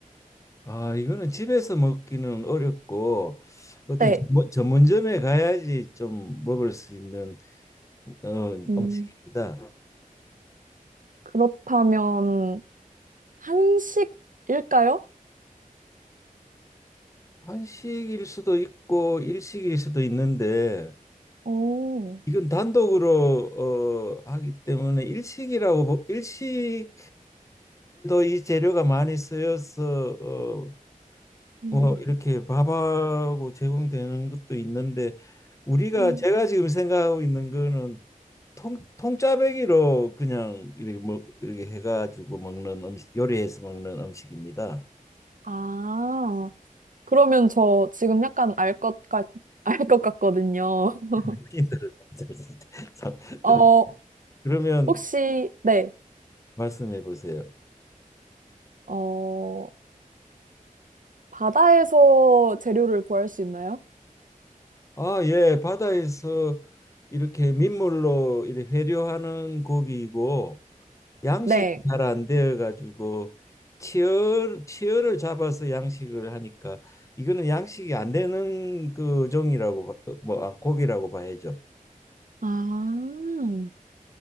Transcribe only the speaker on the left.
아, 이거는 집에서 먹기는 어렵고 어떤
전문- 전문점에 가야지 좀 먹을 수 있는 어,
음식입니다.
한식일 수도 있고 일식일 수도 있는데
이건 단독으로 어, 하기 때문에 일식이라고 보- 일식에도 이 재료가 많이 쓰여서 어,
뭐 이렇게 밥하고 제공되는 것도 있는데 우리가
제가 지금 생각하고 있는 거는 통 통짜배기로 그냥 이렇게 뭐 이렇게 해가지고 먹는 음식 요리해서 먹는 음식입니다.
<laughs> 흔히들 <laughs>
그러면
말씀해 보세요.
아, 예, 바다에서 이렇게 민물로 이렇게 회류하는 고기이고 양식이
잘 안 되어 가지고 치열 치열을 잡아서 양식을 하니까 이거는 양식이 안 되는 그 종이라고 봐- 어, 뭐 아, 고기라고 봐야죠.